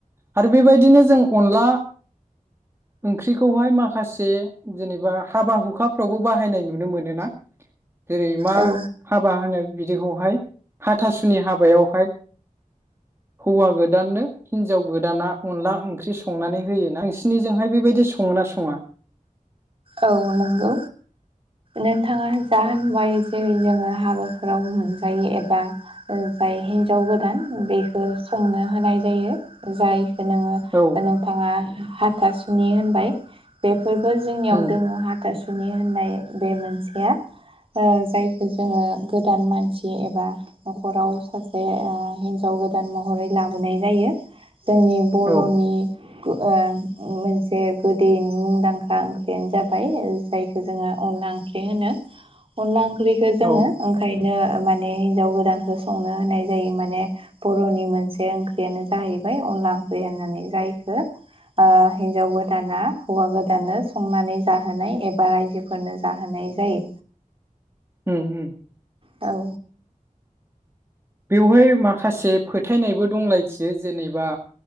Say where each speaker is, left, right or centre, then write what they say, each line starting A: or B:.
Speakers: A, on the right; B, on the right.
A: आरो बेबायदिनो जों अनला ओंख्रिखौहाय माखासे जेनेबा हाबा हुखाफ्रावबो बाहायनाय नुनो मोनोना जेरै मा
B: औ
A: हाबा होनो बिदिखौहाय हाथासुनि हाबायावहाय हौवा गोदाननो हिनजाव गोदाना अनला ओं ख्रि संनानै होयोना नोंसिनिजोंहाय बेबायदि सङोना सङा?
B: औ नंगौ नोंथाङा जा होनबाय जेरै जोङो हाबाफोराव मोनजायो एबा जाय हिन्जाव गोदान बेखौ संनो होनाय जायो जाय नोङो
A: औ
B: नोंथाङा हाथा सुनि होनबाय बे फोरबो जोंनियाव
A: उम,
B: ओ हाथासुनि होननाय बे मोनसेया ओ जायखौ जोङो गोदान मानसि एबा नखराव सासे ओ हिनजाव गोदान महरै लाबोनाय जायो जोंनि बर'नि
A: औ
B: ओ मोनसे गोदै मुंदांखा ओं ख्रियानो जाबाय जायखौ जोङो अनला ओंख्रि होनो अनला ओं ख्रिखो जोङो
A: औ
B: ओंखाय बिनो माने हिनजाव गोदानखौ संनो होननाय जायो माने बर'नि मोनसे ओंख्रियानो जाहैबाय अनला ओंख्रि होननानै जायखौ ओ हिनजाव गोदाना हौवा गोदाननो संनानै जाहोनाय एबा रायजोफोरनो जाहोनाय जायो
A: उम उम
B: औ
A: बेवहाय माखासे फोथायनायबो दंलाय थियो जेनेबा